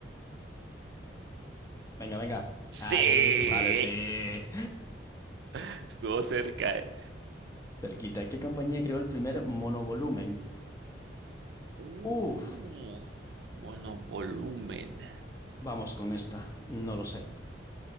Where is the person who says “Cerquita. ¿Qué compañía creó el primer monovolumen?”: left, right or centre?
Left